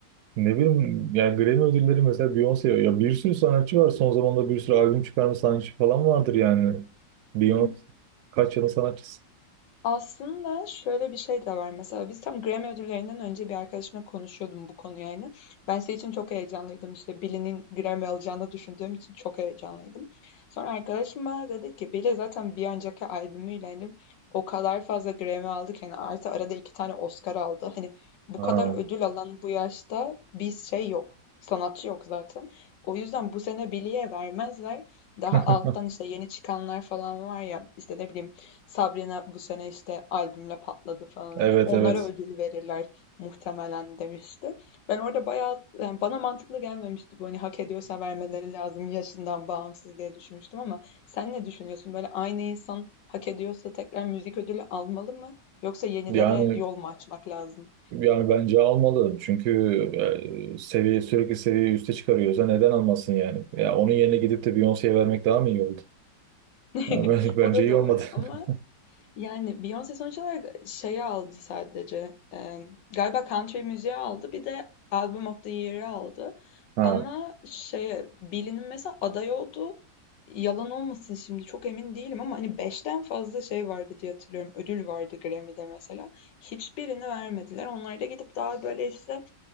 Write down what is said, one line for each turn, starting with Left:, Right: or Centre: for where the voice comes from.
Right: ne bileyim yani Grammy ödülleri mesela Beyoncé ya bir sürü sanatçı var. Son zamanlarda bir sürü albüm çıkarma sanatçı falan vardır yani. Beyoncé
Left: Hı hı.
Right: kaç yılın sanatçısı.
Left: Aslında şöyle bir şey de var. Mesela biz tam Grammy ödüllerinden önce bir arkadaşımla konuşuyordum bu konuyu yani. Ben şey için çok heyecanlıydım. İşte Billie'nin Grammy alacağını düşündüğüm için çok heyecanlıydım. Sonra arkadaşım bana dedi ki Billie zaten bir önceki albümüyle hani o kadar fazla Grammy aldı ki hani artı arada iki tane Oscar aldı. Hani bu
Right: Ha.
Left: kadar ödül alan bu yaşta bir şey yok. Sanatçı yok zaten. O yüzden bu sene Billie'ye vermezler. Daha
Right: <laughs>
Left: alttan işte yeni çıkanlar falan var ya işte ne bileyim Sabrina bu sene işte albümle patladı falan
Right: Evet
Left: hani onlara
Right: evet.
Left: ödül verirler muhtemelen demişti. Ben orada bayağı yani bana mantıklı gelmemişti bu hani hak ediyorsa vermeleri lazım yaşından bağımsız diye düşünmüştüm ama sen ne düşünüyorsun? Böyle aynı insan hak ediyorsa tekrar müzik ödülü almalı mı yoksa yenilere
Right: Yani
Left: yol mu açmak lazım?
Right: yani bence almalı. Çünkü e, seviye sürekli seviyeyi üste çıkarıyorsa neden almasın yani? Ya onun yerine gidip de Beyoncé'ye vermek daha mı iyi oldu?
Left: <laughs>
Right: Yani ben- <laughs> bence
Left: O da
Right: iyi
Left: doğru
Right: olmadı.
Left: ama
Right: <laughs>
Left: Yani Beyoncé sonuç olarak şeyi aldı sadece. Eee, galiba country müziği aldı. Bir de Album of the Year'ı aldı.
Right: Ha.
Left: Ama şeye Billie'nin mesela aday olduğu yalan olmasın şimdi çok emin değilim ama hani beşten fazla şey vardı diye hatırlıyorum. Ödül vardı Grammy'de mesela. Hiçbirini vermediler. Onlar da gidip daha böyle işte